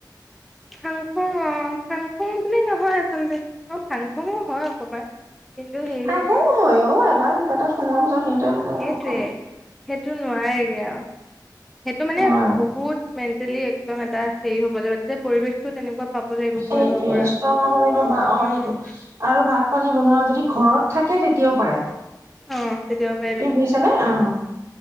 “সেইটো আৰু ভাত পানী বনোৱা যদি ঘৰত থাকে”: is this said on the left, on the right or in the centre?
Right